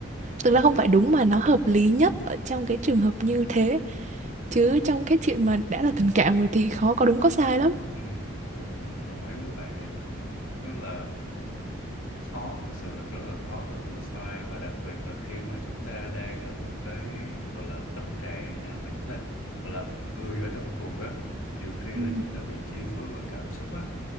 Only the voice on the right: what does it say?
tức là không phải đúng mà nó hợp lý nhất ở trong cái trường hợp như thế chứ trong cái chuyện mà đã là tình cảm rồi thì khó có đúng có sai lắm
Ừ.